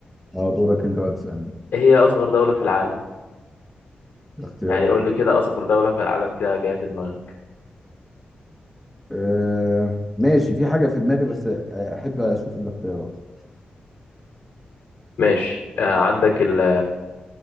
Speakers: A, in the centre; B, on the left.
A: اه دورك انت بقى تسألني
B: ايه هي اصغر دولة في العالم
A: الاختيارات
B: يعني قول لي كده اصغر دولة في العالم كده جاية في دماغك
A: آه ماشي في حاجة في دماغي بس آه، أحب أشوف الاختيارات
B: ماشي آه عندك ال-